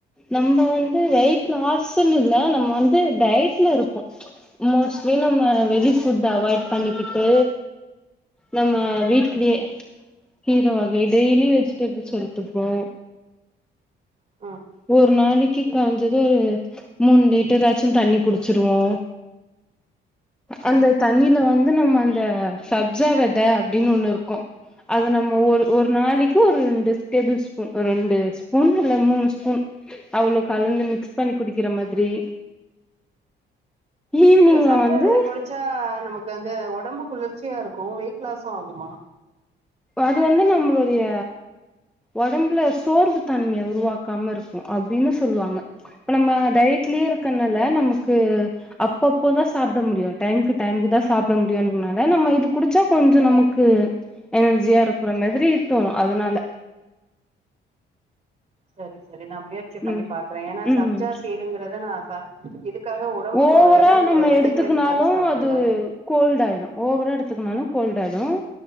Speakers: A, in the centre; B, on the right (about 35°).
A: நம்ப வந்து வெயிட் லாஸ்ன்னு இல்ல நம்ம வந்து டயட்லருப்போ மோஸ்ட்லி நம்ம வெஜி ஃபுட் அவாய்ட் பண்ணிகிட்டு நம்ம வீட்லயே கீர வகை டெய்லியு வெஜிடெபிள்ஸ் எடுத்துப்போ
B: அ
A: ஒரோரு நாளக்கி கொரஞ்சது மூணு லிட்டராச்சு தண்ணி குடிச்சிர்வோ
B: சரி
A: அந்த தண்ணில வந்து நம்ம அந்த சப்ஜா வெத அப்டின்னு ஒண்ணு ருக்கும் அது நம்ம ஒரு ஒரு நாளக்கீ ஒரு ரெண்டு டேபுள் ஸ்பூன் ரெண்டு ஸ்பூன் இல்ல மூணு ஸ் பூன் அவ்ளோ கலந்து மிக்ஸ் பண்ணி குடிக்கிற மாதிரி ஈவினிங்ல
B: இல்ல சப்ஜா
A: வந்து
B: வெத கொடிச்சா நமக்கு அந்த உடம்பு குளிர்ச்சியாருக்கு வெயிட் லாஸும் ஆகுமா
A: அது வந்து நம்மளுடைய ஒடம்புல சோர்வு தன்மய உருவாக்காம ருக்கு அப்டின்னு சொல்வாங்க இப்ப நம்ம டயட்லயே இருக்கனால நமக்கு அப்பப்போதா சாப்ட முடியு டைம்கு டைம்கு தா சாப்ட முடியுனால நம்ம இத குடிச்சா கொஞ்சோ நமக் கு எனர்ஜியா இருக்ற மாதிரி தோணு அதனால
B: சரி சரி நா முயற்சி பண்ணி
A: ம்
B: பாக்குறே ஏன்னா
A: ம்
B: சப்ஜா சீடுங்றது நா இதுக்காக உடம்பு
A: ஓவரா
B: கொறை எடல் கொறை
A: நம்ம
B: எடை
A: எடுத்துக்குனாலு
B: குறைப்புக்காக சாப்பிட்ல
A: அது கோல்ட் ஆயிடு ஓவரா எடுத்துக்குனாலு கோல்ட் ஆயிடும்